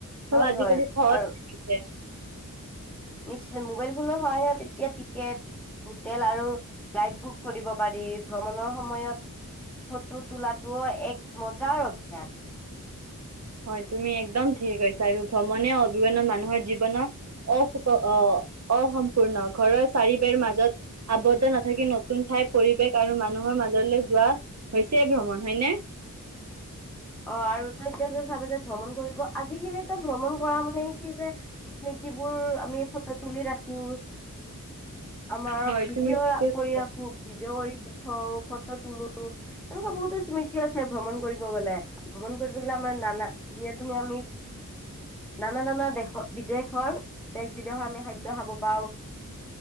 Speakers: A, on the right (about 50°); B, in the centre.
A: চব
B: হয়
A: আজিকালি
B: হয়
A: সহজ
B: আৰু
A: <unintelligible> গৈছে।
B: নিশ্চয় মোবাইল ফোনৰ সহায়ত এতিয়া টিকেট হোটেল আৰু গাইড বুক কৰিব পাৰি, ভ্ৰমণৰ সময়ত ফটো তোলাটোও এক মজাৰ অভ্যাস।
A: হয়, তুমি একদম ঠিকে কৈছা আৰু ভ্ৰমণে <unintelligible> মানুহৰ জীৱনৰ অস সূ অসম্পূৰ্ণ ঘৰৰ চাৰিবেৰ মাজত আবদ্ধ নাথাকি নতুন ঠাইৰ পৰিৱেশ আৰু মানুহৰ মাজলৈ যোৱা হৈছে ভ্ৰমণ হয়নে?
B: অ' আৰু তই এতিয়া যে চাবা যে ভ্ৰমণ কৰিব আজিকালি ভ্ৰমণ কৰা মানে কি যে স্মৃতি বোৰ আমি ফটো তুলি ৰাখো। আমাৰ
A: হয়
B: ভিডিঅ'
A: তুমি ঠিকে কৈছা।
B: কৰি ৰাখো। ভিডঅ কৰি উঠও ফটো তোলো এনেকে বহুতো স্মৃতি কি আছে ভ্ৰমণ কৰিব গ'লে, ভ্ৰমণ কৰিব গ'লে আমাৰ নানা ধুনীয়া ধুনীয়া আমি নান নান দেশৰ বিদেশৰ দেশ বিদেশৰ আমি খাদ্য খাব পাওঁ।